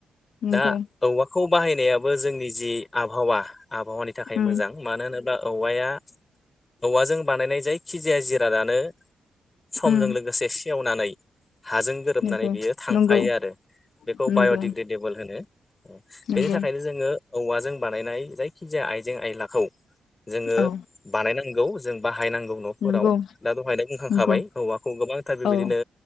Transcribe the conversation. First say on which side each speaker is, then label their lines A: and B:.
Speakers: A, on the left; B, on the left.
A: नंगौ
B: दा औवाखौ बाहायनायाबो जोंनि जि आबहावा आबहावानि थाखाय
A: उम
B: मोजां मानो होनोबा औवाया औवाजों बानायनाय जायखिजाया जिरादानो समजों
A: उम
B: लोगोसे सेवनानै हाजों गोरोबनानै
A: नंगौ
B: बियो थांफायो
A: नंगौ
B: आरो बेखौ
A: नंगौ
B: बाय'डिग्रेडेबोल होनो
A: नंगौ
B: बेनि थाखायनो जोङो औवाजों बानायनाय जायखि जाया आइजें आयलाखौ जोङो
A: औ
B: बानायनांगौ जों बा हायनांगौ न'फोराव
A: नंगौ
B: दा दहायनो बुंखांखाबाय
A: नंगौ
B: औवाखौ गोबांथार बेबायदिनो
A: औ